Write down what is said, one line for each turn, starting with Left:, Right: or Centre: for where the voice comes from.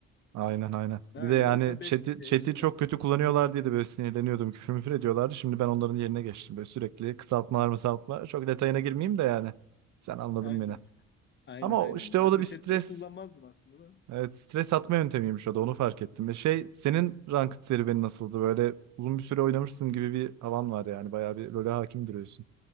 Right: Aynen aynen.
Left: Öyle
Right: Bir de yani
Left: o yüzden 5
Right: chat'i,
Left: kişi
Right: chat'i
Left: işte.
Right: çok kötü kullanıyorlar diye de böyle sinirleniyordum. Küfür müfür ediyorlardı. Şimdi ben onların yerine geçtim. Böyle sürekli kısaltmalar mısaltmalar. Çok detayına girmeyeyim de yani. Sen anladın
Left: Aynen.
Right: beni.
Left: Aynen
Right: Ama
Left: aynen.
Right: o- işte
Left: Ben
Right: o da
Left: de
Right: bir
Left: chat
Right: stres
Left: pek kullanmazdım aslında da.
Right: Evet stres atma yöntemiymiş o da onu fark ettim. Ve şey senin ranked serüvenin nasıldı? Böyle uzun bir süre oynamışsın gibi bir havan var yani. Bayağı bir LoL'e hakim duruyorsun.